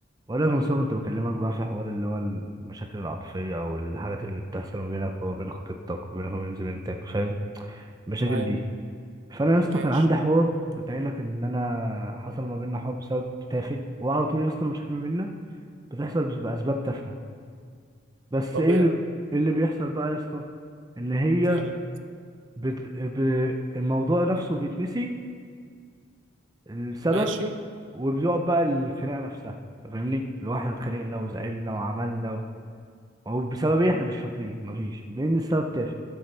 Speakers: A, on the right; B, on the right.
A: ولا كم سنة كنت بكلمك بقى في حوار اللي هو المشاكل العاطفية أو الحاجات اللي بتحصل ما بينك وما بين خطيبتك وما بينك وما بين زميلتك فاهم المشاكل
B: ايوه
A: دي فأنا يا اسطى
B: ماشي
A: كان عندي حوار كنت قايل لك إن أنا حصل ما بيننا حوار بسبب تافه وعلى طول يا اسطى المشاكل ما بيننا بتحصل بس- بأسباب تافهة بس
B: طبيعي
A: إيه اللي إيه اللي بيحصل بقى يا اسطى إن هي
B: نقلب
A: بت... ب... الموضوع نفسه بيتنسي السبب
B: ماشي
A: وبيقعد بقى الخناقة نفسها فاهمني؟ اللي هو احنا اتخانقنا وزعلنا وعملنا هو بسبب ايه احنا مش فاكرين مفيش لان السبب تافه